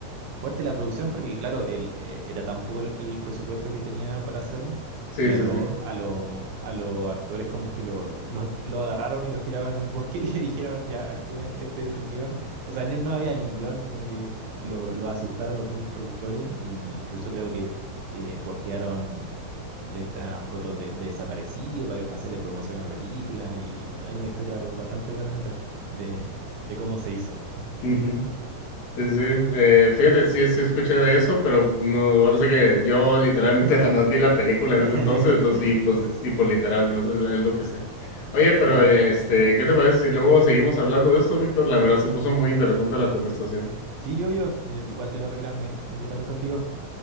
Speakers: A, on the right (about 80°); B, on the left (about 55°).
A: fuerte la producción porque, claro, el, eh, era tan poco el, el presupuesto que tenía para hacerlo
B: Sí,
A: que
B: sí,
A: a, lo,
B: sí.
A: a, lo, a los actores como que lo, los- lo agarraron y los tiraron en un bosque <laughs> y le dijeron, ya, actúen, este es el guión. O sea, no, no había ni guión, sino que lo, lo asustaron los mismos productores e incluso creo que, que postearon de estas fotos de, de desaparecido para, que- para hacerle promoción a la película y hay una historia bastante buena detrás de, de cómo se hizo.
B: Ujú. Sí, sí. Eh, fíjate, sí, sí escuché de eso, pero pues, no, ahora sí que yo literalmente <laughs> nada más vi la película en
A: <laughs>
B: ese entonces, entonces, y pues, es tipo literal, ¿no? Es, es lo que sé. Oye, pero
A: Claro.
B: este, ¿qué te parece si luego seguimos hablando de esto, Víctor? La verdad se puso muy interesante la conversación.
A: Sí, obvio. Igual tengo que retirarme. Un gusto hablar contigo.